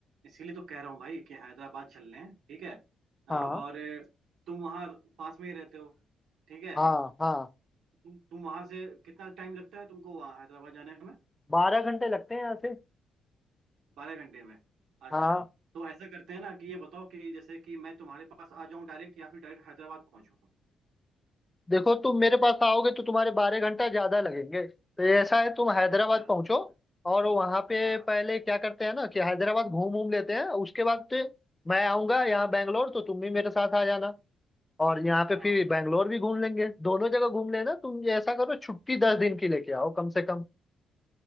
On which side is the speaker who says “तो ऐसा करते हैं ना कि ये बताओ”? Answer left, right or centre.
Right